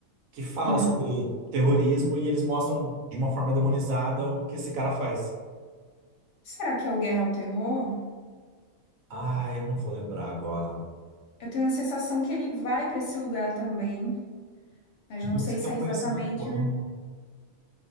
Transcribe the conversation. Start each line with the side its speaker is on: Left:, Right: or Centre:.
Right: que fala
Left: Hum.
Right: sobre terrorismo e eles mostram de uma forma demonizada o que esse cara faz.
Left: Será que é o Guerra ao Terror?
Right: Ah, eu não vou lembrar agora.
Left: Eu tenho a sensação que ele vai para esse lugar também, mas
Right: Bom,
Left: não sei
Right: Você
Left: se
Right: tem
Left: é
Right: um
Left: exatamente.
Right: conhecimento amplo.